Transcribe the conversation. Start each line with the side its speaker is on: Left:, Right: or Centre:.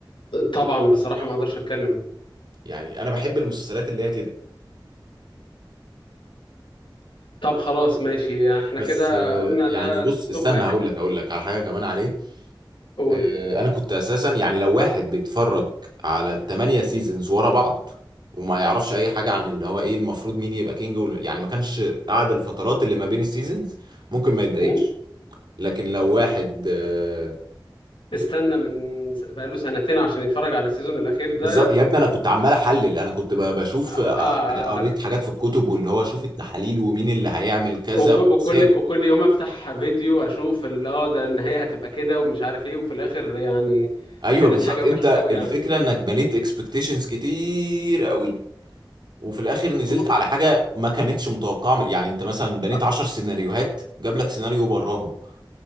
Left: طبعا بصراحه ما اقدرش اتكلم
Right: يعني انا بحب المسلسلات اللي هي كده
Left: طب خلاص ماشي احنا
Right: بس
Left: كده
Right: آه،
Left: قلنا
Right: يعني
Left: ده
Right: بص
Left: توب
Right: استنى
Left: واحد
Right: هقول لك هقول لك على حاجه كمان عليه
Left: قول
Right: آه، انا كنت اساسا يعني لو واحد بيتفرج على التمانية سيزونز ورا بعض وما يعرفش اي حاجه عن اللي هو ايه المفروض مين يبقى كينج ولا- يعني ما كانش قاعد الفترات اللي ما بين السيزونز ممكن ما يتضايقش
Left: م?
Right: لكن لو واحد آه،
Left: استنى من بقاله سنتين عشان يتفرج على السيزون الاخير ده
Right: بالظبط يا ابني انا كنت عمال احلل انا كنت ب- بشوف
Left: آه
Right: آه،
Left: آه.
Right: حاجة- قريت حاجات في الكتب واللي هو شوف التحاليل ومين اللي هيعمل كذا
Left: وك- وكل
Right: بس هي-
Left: وكل يوم افتح فيديو اشوف ال- اه ده النهاية هتبقى كده ومش عارف ايه وفي الاخر يعني
Right: ايوه
Left: كانت
Right: بالظبط
Left: حاجة وحشة
Right: انت
Left: قوي
Right: الفكره
Left: يعني
Right: انك بنيت اكسبكتيشنز كتير قوي وفي الاخر نزلت
Left: م-
Right: على حاجه ما كانتش متوقعه يعني انت مثلا بنيت
Left: آه،
Right: 10 سيناريوهات جاب لك سيناريو براهم